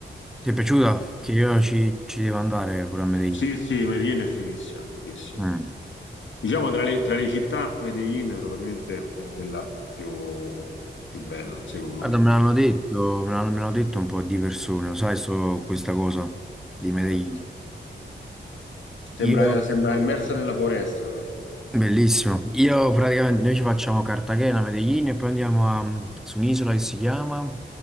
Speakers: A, in the centre; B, on the left (about 85°).
A: Ti è piaciuta? Che io ci, ci devo andare pure a Medellin.
B: sì, sì, Medellin è fighissima, fighissima.
A: Mm.
B: Diciamo tra le, tra le città, Medellin è probabilmente quella più, più bella, secondo
A: Guarda,
B: me.
A: me l'hanno detto, me l'hanno me l'hanno detto un po' di persone, lo sai, so questa cosa di Medellin.
B: Eh. Sembra,
A: Io,
B: sembra immersa nella foresta. proprio.
A: bellissimo, io praticamente noi ci facciamo Cartagena, Medellin e poi andiamo a- mm, su un'isola che si chiama...